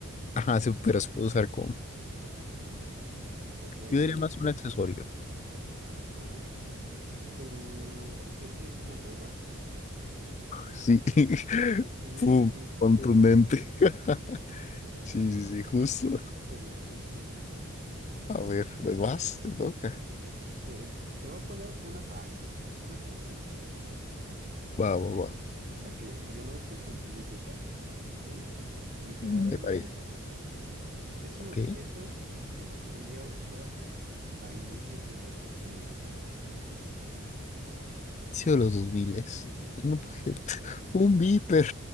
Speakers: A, on the left; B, on the right.
A: ajá, se- pero se puede usar como,
B: Ok, es-
A: yo diría más un accesorio.
B: Ajá. ¿Tu objeto es una gorra?
A: Sí, <laughs>
B: Excelente.
A: pum, contundente.
B: ¿Tú?
A: <laughs> Sí, sí, sí, justo.
B: Excelentísimo.
A: A ver, pues vas, te toca.
B: Pues te voy a poner una fácil, una sencilla,
A: Va, va, va.
B: para que, para que no se complique tanto, ¿ok? Y te
A: Mm.
B: voy a dar
A: Me
B: una
A: parece,
B: pista. Es un
A: ok.
B: objeto que se solía usar a inicios de los 2000.
A: Inicio de los 2000 un
B: Así
A: objeto,
B: es.
A: <laughs> un viper.